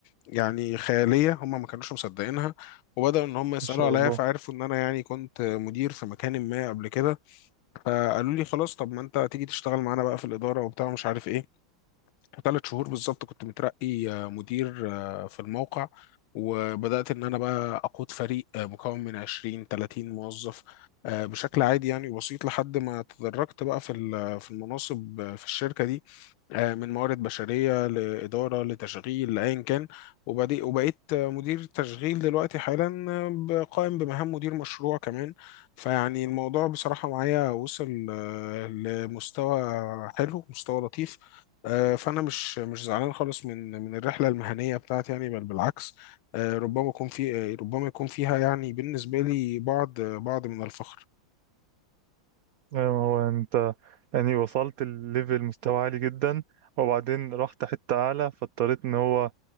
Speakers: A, on the left; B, on the right.
A: يعني خيالية هم ما كانوش مصدقينها وبدأوا إن هم يسألوا
B: إن شاء
A: عليا
B: الله
A: فعرفوا إن أنا يعني كنت مدير في مكان ما قبل كده فقالوا لي خلاص طب ما أنت تيجي تشتغل معانا بقى في الإدارة وبتاع مش عارف إيه ثلاث شهور بالظبط كنت مترقي آه، مدير آه، في الموقع وبدأت إن أنا بقى أقود فريق آه، مكون من 20 30 موظف آه، بشكل عادي يعني بسيط لحد ما تدرجت بقى في ال- في المناصب آه، في الشركة دي آه، من موارد بشرية لإدارة لتشغيل لأيا كان وبدي- وبقيت آه، مدير تشغيل دلوقتي حالا آه، ب- قائم بمهام مدير مشروع كمان فيعني الموضوع بصراحة معايا وصل آه، لمستوى حلو مستوى لطيف آه، فانا مش مش زعلان خالص من من الرحله المهنيه بتاعتي يعني بل بالعكس آه، ربما يكون في آه، ربما يكون فيها يعني بالنسبه لي بعض بعض من الفخر
B: أيوة هو أنت يعني وصلت الليفل مستوى عالي جدا وبعدين رحت حتة أعلى فاضطريت إن هو